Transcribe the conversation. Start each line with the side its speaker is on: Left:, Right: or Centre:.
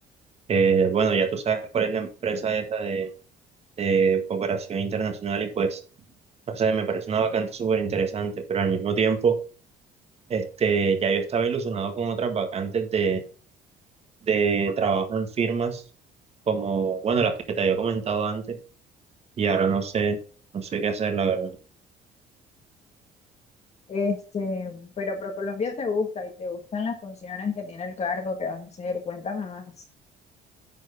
Right: Eh, bueno, ya tú sabes cuál es la empresa esa de de cooperación internacional y pues... O sea, me parece una vacante súper interesante, pero al mismo tiempo, este, ya yo estaba ilusionado con otras vacantes de, de trabajo en firmas, como, bueno, las que te había comentado antes, y ahora no sé, no sé qué hacer, la verdad.
Left: este, pero ProColombia te gusta y te gustan las funciones que tiene el cargo que vas a hacer, cuéntame más.